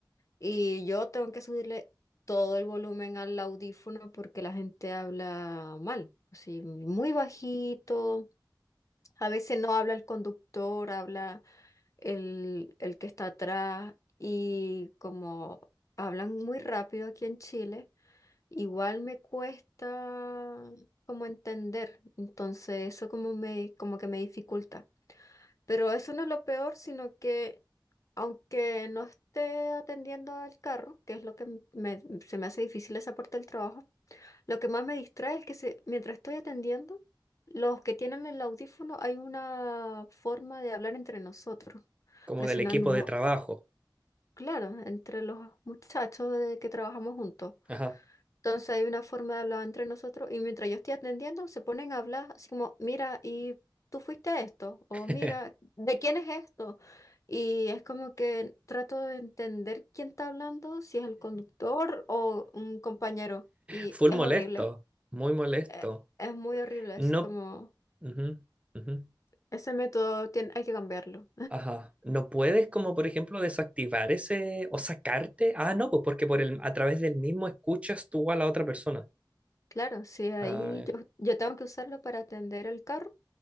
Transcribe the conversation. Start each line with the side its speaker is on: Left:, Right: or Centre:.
Left: Y yo tengo que subirle todo el volumen al audífono porque la gente habla mal, así muy bajito. A veces no habla el conductor, habla el, el que está atrás. Y como hablan muy rápido aquí en Chile, igual me cuesta como entender. Entonces eso como me, como que me dificulta. Pero eso no es lo peor, sino que aunque no esté atendiendo al carro, que es lo que m- me- se me hace difícil esa parte del trabajo, lo que más me distrae es que se- mientras estoy atendiendo, los que tienen el audífono hay una forma de hablar entre nosotros,
Right: Como
Left: presionando
Right: del equipo de trabajo.
Left: claro, entre los muchachos de que trabajamos juntos.
Right: Ajá.
Left: Entonces hay una forma de hablar entre nosotros y mientras yo estoy atendiendo, se ponen a hablar así como, mira, ¿y tú fuiste a esto?
Right: <laughs>
Left: O mira, ¿de quién es esto? Y es como que trato de entender quién está hablando, si es el conductor o un compañero. Y
Right: Full
Left: es
Right: molesto,
Left: horrible,
Right: muy molesto.
Left: e- es, muy horrible,
Right: No,
Left: así como
Right: ujú, ujú.
Left: ese método tiene, hay que cambiarlo.
Right: Ajá. No puedes como por ejemplo desactivar ese o sacarte. Ah, no, pues porque por el, a través del mismo escuchas tú a la otra persona.
Left: Claro, sí, ahí
Right: Ah, ya.
Left: yo, yo tengo que usarlo para atender el carro